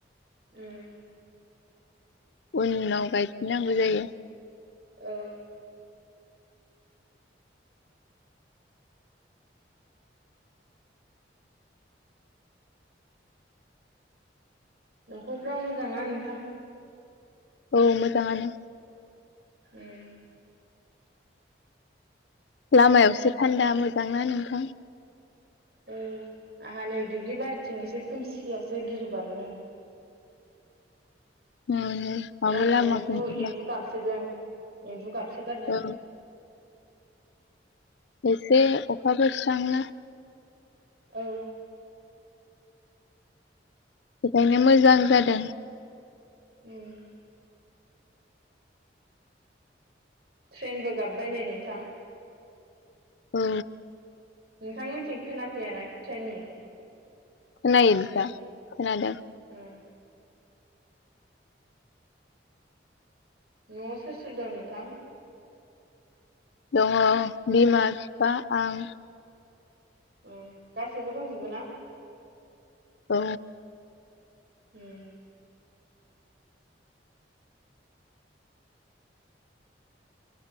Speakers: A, on the right; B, on the left.
A: उम
B: उनाव गायफिननांगौ जायो
A: औ न'खरफ्रा मोजां ना नोंथां
B: औ मोजाङानो
A: उम
B: लामायावसो थान्दा मोजां ना नोंथां
A: औ आंहा नै दुब्लि बारिथिं एसे खोमसियावसो गिरु बारुनो
B: न'नो माबो
A: बिराद
B: लामाखौनोबा
A: एम्बु एम्बु गाबसोदों एम्बु गाबसो गारदों
B: औ एसे अखाफोरस्रांंना
A: औ
B: बेखायनो मोजां जादों
A: उम ट्रेनबो गाबबाय नै नोंथां
B: औ
A: नोंथांमोनथिं खोनाफैया ना ट्रेननि
B: खोनायो नोंथां खोनादों
A: उम न'आव सोर सोर दं नोंथां
B: दङ बिमा बिफा आं।
A: उम गासैबो दंजोबो ना?
B: औ
A: उम